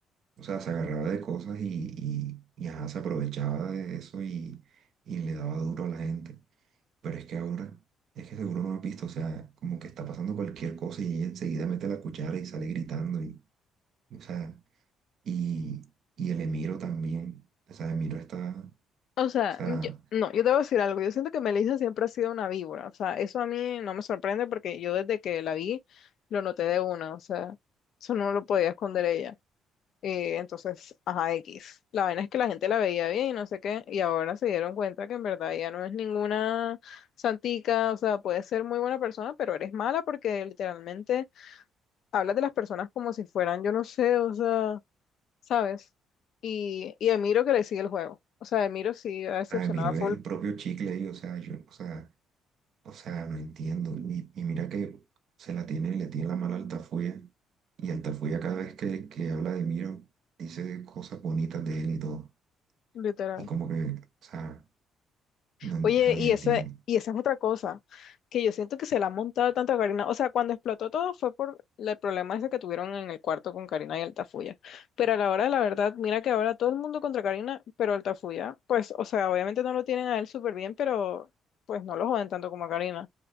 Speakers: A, on the right; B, on the left.
A: O sea, se agarraba de cosas y, y, y, ajá, se aprovechaba de eso y, y le daba duro a la gente. Pero es que ahora, es que seguro no has visto, o sea, como que está pasando cualquier cosa y ella enseguida mete la cuchara y sale gritando. Y, o sea, y, y el Emiro también, o sea, Emiro está, o
B: O sea,
A: sea,
B: yo, no, yo te voy a decir algo. Yo siento que Melissa siempre ha sido una víbora. O sea, eso a mí no me sorprende porque yo desde que la vi lo noté de una. O sea, eso no lo podía esconder ella. Eh, entonces, ajá, X. La vaina es que la gente la veía bien y no sé qué. Y ahora se dieron cuenta que en verdad ella no es ninguna santica. O sea, puede ser muy buena persona, pero eres mala porque literalmente hablas de las personas como si fueran, yo no sé, o sea, ¿sabes? Y, y Emiro que le sigue el juego. O sea, Emiro sí ha decepcionado
A: ah, Emiro
B: a full
A: es el propio chicle ahí, o sea, yo, o sea, o sea, no entiendo. Y, y mira que se la tiene y le tiene la mano alta Y Altafulla cada vez que, que habla de Miro, dice cosas bonitas de él y todo.
B: Literal.
A: Y como que, o sea, no, en-
B: Oye,
A: o sea,
B: y
A: no entiendo.
B: esa, y esa es otra cosa, que yo siento que se la han montado tanto a Karina. O sea, cuando explotó todo fue por la- el problema ese que tuvieron en el cuarto con Karina y Altafulla. Pero a la hora de la verdad, mira que ahora todo el mundo contra Karina, pero Altafulla, pues, o sea, obviamente no lo tienen a él súper bien, pero pues no lo joden tanto como a Karina.